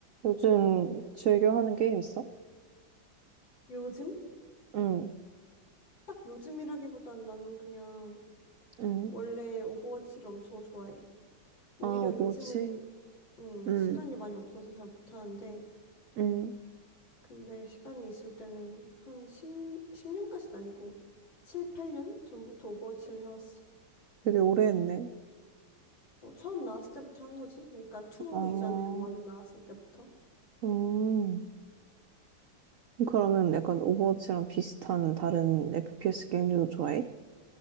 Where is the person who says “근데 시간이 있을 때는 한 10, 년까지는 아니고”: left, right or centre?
Left